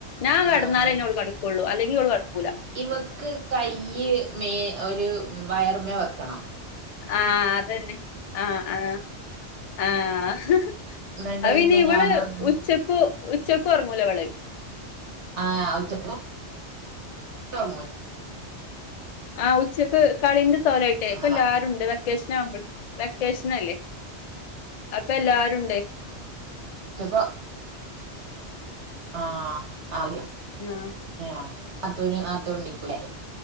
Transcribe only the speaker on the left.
ഞാൻ കിടനാലെ
ഓള് കടുക്കൊള്ളു അല്ലെ നി ഉള്ളപ്പോ
ആഹ അതന്നെ ആഹ ആഹ ആഹ
അ
ഇനി ഇവടെ
ഉച്ചക്കു ഉച്ച കുറങ്ങുല വിള
ആഹ ഉച്ചക്ക് കളിന്റെ സ്ഥലായിട്ടേ
ഇപ്പൊ എല്ല
ആരുണ്ട് വെക്കേഷൻ ആവുമ്പോും വെക്കേഷന അല്ലേ അപ്പൊ എല്ലരുണ്ട്
ആഹ്